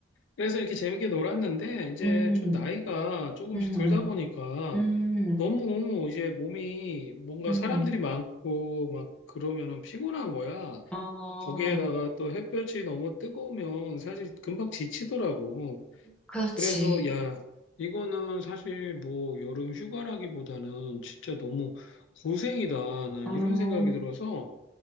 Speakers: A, on the left; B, in the centre.
A: 그래서 이렇게 재밌게 놀았는데 이제
B: 음,
A: 좀 나이가 조금씩
B: 음,
A: 들다 보니까
B: 음,
A: 너무 이제 몸이 뭔가
B: 음,
A: 사람들이 많고 막 그러면은 피곤한 거야.
B: 어,
A: 거기에다가 또 햇볕이 너무 뜨거우면 사실 금방 지치더라고.
B: 그렇지.
A: 그래서 야, 이거는 사실 뭐 여름 휴가라기보다는 진짜 너무 고생이다. 난
B: 어,
A: 이런 생각이 들어서